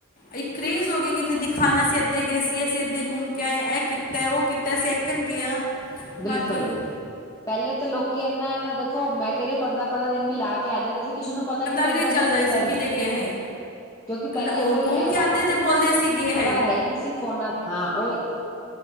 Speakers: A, on the left; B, on the left.
A: ਇੱਕ ਕ੍ਰੇਜ਼ ਹੋਗਿਆ ਕਿਨੇ ਦਿਖਾਨਾ ਸੀ ਅੱਧੇ ਗਏ ਸੀ ਐਸੀੇ ਅੱਧੇ ਘੁੰਮ ਕੇ ਆਏ ਏਹਕੀ ਕੀਤਾ ਉਹ ਕੀਤਾ ਅਸੀਂ ਐਕਣ ਗਏ ਹਾਂ
B: ਬਿਲਕੁਲ,
A: ਵਾਕਈ
B: ਪਹਿਲੇ ਤਾਂ ਲੋਕੀ ਨਾ ਇਹਨਾਂ ਦੇਖੋ ਮੈਂ ਕਹਿ ਰਹੀ ਪੰਦਰਾਂ, ਪੰਦਰਾਂ ਦਿਨ ਵੀ ਲਾ ਕੇ ਆ ਜਾਂਦੇ ਸੀ। ਕਿਸੇ ਨੂੰ ਪਤਾ ਹੀ ਨਹੀਂ ਲੱਗਦਾ
A: ਵੀ ਚੱਲਦਾ
B: ਸੀ ਕਈ
A: ਇਸੇ
B: ਵਾਰੀ
A: ਕਿਦੇ ਗਏ ਹੈ
B: ਕਿਉਂਕਿ ਪਹਿਲੇ
A: ਉਹ
B: ਕੋਈ
A: ਘੁੰਮ
B: ਐਸਾ
A: ਕੇ ਆਉਂਦੇ ਤੇ ਬੋਲਦੇ ਅਸੀਂ ਗਏ
B: ਸਾਰਾ ਹੈ ਈ ਨੀ ਸੀ ਫੋਨਾਂ ਹਾਂ ਓਹੀ